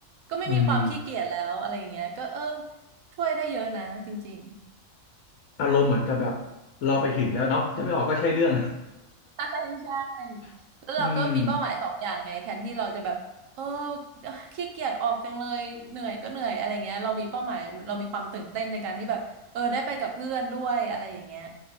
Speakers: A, on the right; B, on the left.
A: ก็ไม่มีความขี้เกียจแล้วอะไรอย่างเงี้ยก็เออ
B: อืม
A: ช่วยได้เยอะนะจริง
B: อารมณ์เหมือนกับแบบเราไปถึงแล้วเนาะจะไม่ออกก็ใช่เรื่อง
A: ๆใช่ใช่ๆแล้วเราก็มีเป้าหมายสองอย่างไงแทนที่เราจะแบบเออ
B: <laughs> อืม
A: ขี้เกียจออกจังเลยเหนื่อยก็เหนื่อยอะไรเงี้ยเรามีเป้าหมายเรามีความตื่นเต้นในการที่แบบเออได้ไปกับเพื่อนด้วยอะไรอย่างเงี้ย